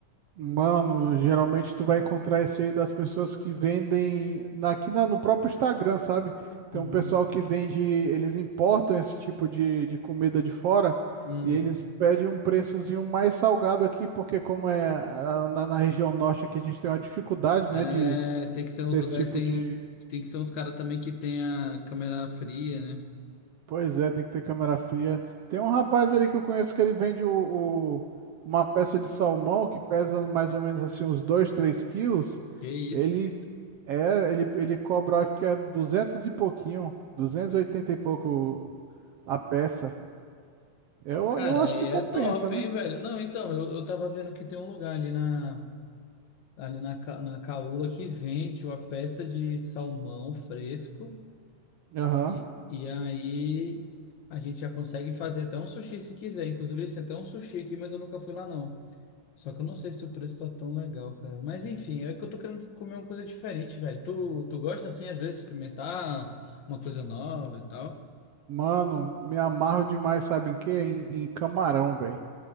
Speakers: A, on the right; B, on the left.
A: Mano, geralmente tu vai encontrar isso aí das pessoas que vendem na- aqui na- no próprio Instagram, sabe? Tem
B: Uhum.
A: um pessoal que vende, eles importam esse tipo de, de comida de fora
B: Hum.
A: e eles pedem um preçozinho mais salgado aqui, porque como é a- na, na região norte aqui a gente tem uma dificuldade,
B: É,
A: né, de
B: tem que ser uns
A: ter
B: lugares,
A: esse tipo
B: tem,
A: de
B: tem que ser uns caras também que tenha câmera fria, né?
A: Pois é, tem que ter câmera fria. Tem um rapaz ali que eu conheço que ele vende o, o- uma peça de salmão que pesa mais ou menos assim uns 2 3 quilos.
B: Que isso.
A: Ele é, ele, ele cobra, acho que é 200 e pouquinho, 280 e oitenta e pouco a peça. Eu,
B: Cara,
A: eu acho
B: aí
A: que compensa,
B: é top,
A: né?
B: hein, velho? Não, então, eu, eu tava vendo que tem um lugar ali na. ali na, ca- na caula que vende uma peça de salmão fresco
A: Aham.
B: e, e aí a gente já consegue fazer até um sushi se quiser. Inclusive, eles têm até um sushi aqui, mas eu nunca fui lá, não. Só que eu não sei se o preço tá tão legal, cara. Mas enfim, é que eu tô querendo comer uma coisa diferente, velho. Tu, tu gosta, assim, às vezes, de experimentar uma coisa nova e tal?
A: Mano, me amarro demais, sabe em quê? Em, em camarão, velho.